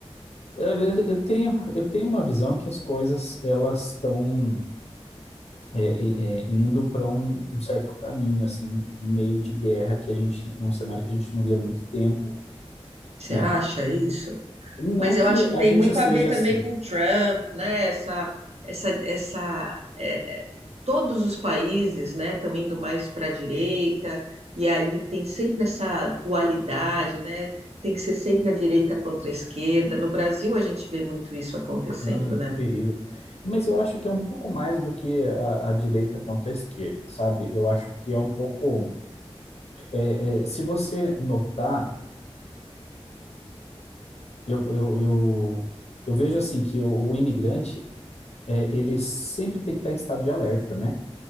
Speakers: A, on the left; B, on the right.
A: Eu, eu tenho, eu tenho uma visão que as coisas elas estão é, é, é, indo para um, um certo caminho, assim, um meio de guerra, que a gente. É um cenário que a gente não via há muito tempo,
B: Você
A: né?
B: acha isso?
A: Não
B: Mas
A: que
B: eu acho que
A: a
B: tem
A: gente
B: muito
A: seja
B: a ver também
A: assim.
B: com o Trump, né? Essa, essa, essa, é, é, todos os países, né, estão indo mais para a direita, e aí tem sempre essa dualidade, né? Tem que ser sempre a direita contra a esquerda. No Brasil, a gente vê muito isso acontecendo,
A: Ah, é
B: né?
A: terrível. Mas eu acho que é um pouco mais do que a, a direita contra a esquerda, sabe? Eu acho que é um pouco. é, é, se você notar, eu, eu, eu, eu vejo assim que o, o imigrante, é, ele sempre tem que estar em estado de alerta, né?